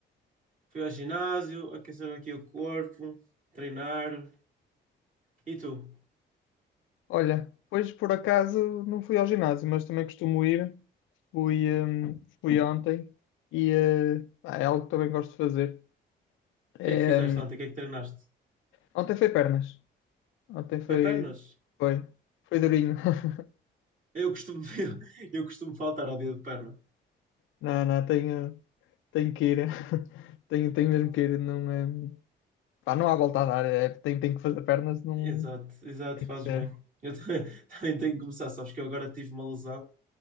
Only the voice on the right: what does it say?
Fui ao ginásio, aquecer aqui o corpo, treinar. E tu? O
que é que fizeste
ontem? O que é que treinaste?
Foi pernas?
Eu costumo, <laughs> eu costumo faltar ao dia de perna.
Exato, exato,
fazes
bem. Eu ta- <laughs> também tenho que começar, sabes que eu agora tive uma lesão